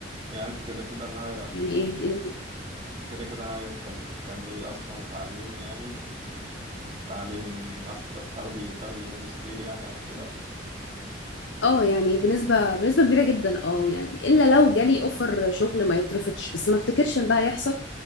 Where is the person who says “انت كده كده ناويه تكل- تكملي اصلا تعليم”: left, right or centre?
Right